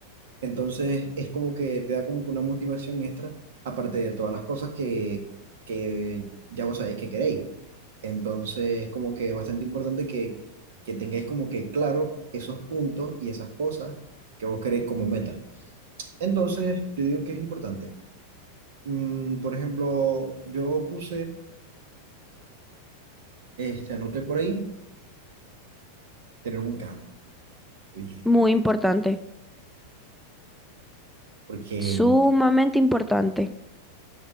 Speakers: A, on the right; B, in the centre.
A: Entonces es como que te da como que una motivación extra, aparte de todas las cosas que, que ya vos sabéis que queréis. Entonces es como que bastante importante que, que tengáis como que claro esos puntos y esas cosas que vos queréis como meta. Entonces yo digo que es importante. Mm, por ejemplo, yo puse este, anoté por ahí, tener un carro, dije
B: Muy
A: yo,
B: importante,
A: porque,
B: sumamente importante.